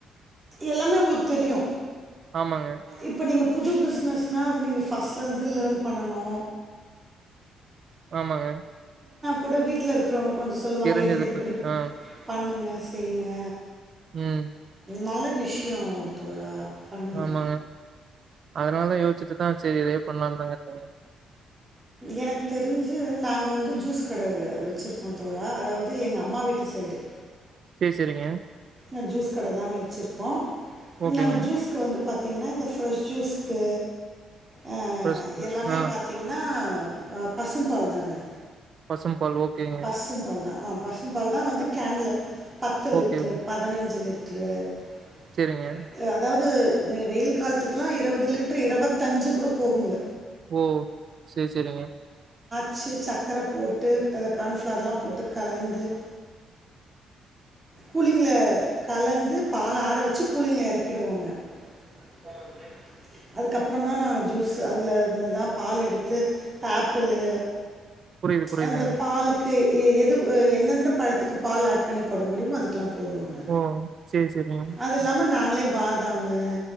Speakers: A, on the right; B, on the right.
A: எல்லாமே உங்ளுக் தெரியு
B: ஆமாங்க,
A: இப்ப நீங்க புது பிஸ்னஸ்னா அது நீங்க ஃபஸ்லந்து லேர்ன் பண்ணணு
B: ஆமாங்க
A: கூட வீட்ல இருக்குறவுங்க கொஞ்சொ சொல்லுவாங்க
B: தெரிஞ்சது
A: இது இது இப்டி
B: பத் ஆ,
A: பண்ணுங்க செய்ங்க
B: ம்.
A: நல்ல விஷ்யோ தோழா பண்ணுங்க
B: நாமாங்க அதனாலதா யோசச்சிட்டுதா சேரி இதே பண்ணலானு தாங்க இருக்கே
A: எனக்கு தெருஞ்சு நாங்க வந் து ஜூஸ் கட வச்சிருக்கோ தோழா அதாவது எங்க அம்மா வீட்டு சைடு
B: சே சேரிங்க
A: இ ஜூஸ் கட தாங்க வச்சுருக்கோ
B: ஓகேங்க.
A: நாங்க ஜூஸ்க்கு வந்து பா த்தீங்கன்னா இந்த ஃப்ரெஷ் ஜூஸ்க்கு ஆ
B: ஃபர்ஸ்ட்
A: எல்லாமே
B: ஆ
A: பாத்திங்கன்னா வ பசும் பால் தாங்க
B: பசும்பால் ஓகேங்க.
A: பசும் பால் தா ஆம் பசும் பால்தா வந்து கேன்ல பத்து லிட்ரு
B: ஓகே.
A: பதினஞ்சு லிட் ட்டுரு
B: சரிங்க.
A: அதாவது ஏ வெயில் காலத்துக்கெல்லா இருவது லிட்டர் இருவத்தஞ்சு கூட போகுங்க
B: ஓ சே சேரிங்க
A: ச்சு சக்கர போட்டு கான்ஃபிளார்லா போட்டு கலந்து கூலிங்ல கலந்து பால் ஆரவச்சு கூலிங்ல இறக்கிடுவோங்க ஓ சேரிங்க அதுக்கப்புறோதா நாங்கள் ஜூஸ் அதிலருந்துதா பால் எடுத்து பாப்பிள்ளு
B: புரியுது புரியுதுங்க
A: அந்த பால்க்கே ஏ எது எந்தெந்த பழத்துக்கு பால் ஆட் பண்ணி போட முடியுமோ அ துக்குலா போடுவாங்க
B: ஓ சேரி சேரிங்க
A: அதுல்லாம நாங்களே பாதாமு